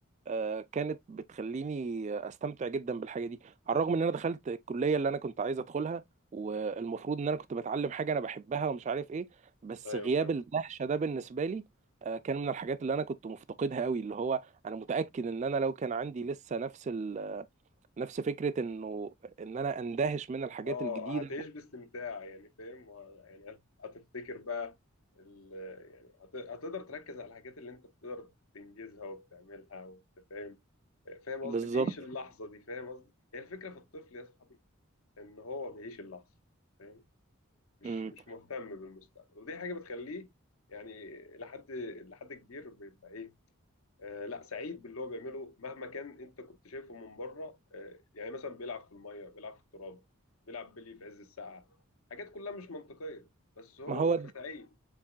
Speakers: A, on the right; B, on the left.
A: آه، كانت بتخليني استمتع جدا بالحاجه دي على الرغم ان انا دخلت الكليه اللي انا كنت عايز ادخلها والمفروض ان انا كنت بتعلم حاجه انا بحبها ومش عارف ايه بس
B: ايوه
A: غياب
B: فاهم
A: الدهشه ده بالنسبه لي آه، كان من الحاجات اللي انا كنت مفتقدها قوي اللي هو انا متاكد ان انا لو كان عندي لسه نفس ال... نفس فكره انه ان انا اندهش من الحاجات
B: اه
A: الجديده
B: هتعيش باستمتاع يعني فاهم و- يعني هت- هتفتكر بقى ال... يعني هت... هتقدر تركز على الحاجات اللي انت بتقدر تنجزها وبتعملها وانت فاهم فاهم قصدي
A: بالظبط
B: تعيش اللحظه دي فاهم قصدي هي الفكره في الطفل يا صاحبي ان هو بيعيش اللحظه فاهم مش
A: مم.
B: مش مهتم بالمستقبل ودي حاجه بتخليه يعني لحد لحد كبير بيبقى ايه آه لا سعيد باللي هو بيعمله مهما كان انت كنت شايفه من بره آه يعني مثلا بيلعب في الميه بيلعب في التراب بيلعب بلي في عز الساعه حاجات كلها مش منطقيه بس هو
A: ما هو
B: بيبقى سعيد